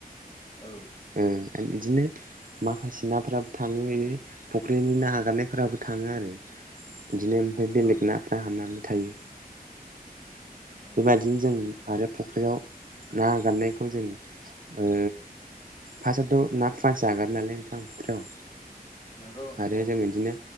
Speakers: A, on the left; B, on the right.
A: औ।
B: ओ ओमफ्राय बिदिनो माखासे नाफोराबो थाङो बे फुख्रिनि ना आगारनायफोराबो थाङो आरो। बिदिनो ओमफ्राय बेलेग
A: औ
B: नाफ्रा हाबनानै थायो।
A: औ औ
B: बेबायदिनो जों आरो फुख्रियाव ना गारनायखौ जों ओ फासाआवथ' ना फुवानसो आगारो नालाय नोंथां फुख्रियाव
A: नंगौ नंगौ
B: आरो जों बिदिनो